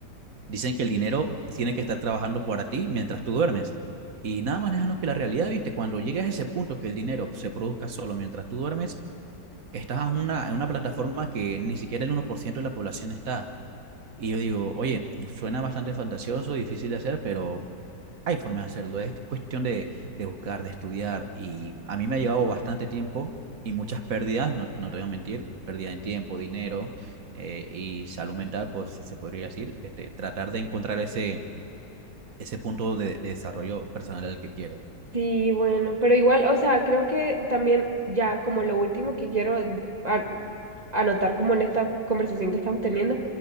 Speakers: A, on the right (about 55°); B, on the right (about 25°).
A: dicen que el dinero tiene que estar trabajando para ti mientras tú duermes. Y nada más déjanos que la realidad, viste, cuando llegas a ese punto que el dinero se produzca solo mientras tú duermes, estás en una, en una plataforma que ni siquiera el uno por ciento de la población está. Y yo digo, oye, suena bastante fantasioso, difícil de hacer, pero hay formas de hacerlo, es cuestión de, de buscar, de estudiar y a mí me ha llevado bastante tiempo y muchas pérdidas, no, no te voy a mentir, pérdida en tiempo, dinero eh, y salud mental, pues si se podría decir, este, tratar de encontrar ese, ese punto de, de desarrollo personal al que quiero.
B: Sí, bueno, pero igual, o sea, creo que también ya como lo último que quiero a- anotar como en esta conversación que estamos teniendo,